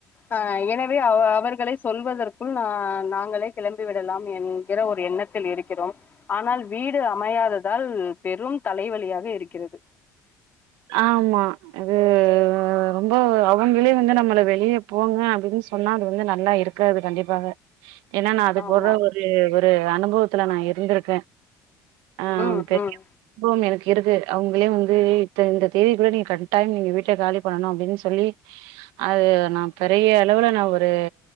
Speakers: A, on the left (about 25°); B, on the right (about 90°).
A: அ எனவே அவ அவர்களை சொல்வதற்குள் நா நாங்களே கிளம்பி விடலாம் என்கிற ஒரு எண்ணத்தில் இருக்கிறோம் ஆனால் வீடு அமையாததால் பெரும் தலைவலியாக இருக்கிறது
B: ஆமா அது ரொம்போ அவுங்களே வந்து நம்மள வெளியே போங்க அப்டினு சொன்னா அது வந்து நல்லா இருக்காது கண்டிப்பாக ஏனா நா அது
A: ஆமா
B: போக ஒரு ஒரு அனுப அனுபவத்துல நா இருந்திருக்க ஆ
A: ம்
B: பெரிய
A: ம்
B: அனுபவம் எனக்கு இருக்கு அவுங்களே வந்து இந்த தேதிக்குள்ள நீங்க கட்டாயம் நீங்க வீட்ட காலி பண்ணனும் அப்டினு சொல்லி அது நா பெரிய அளவுல நா ஒரு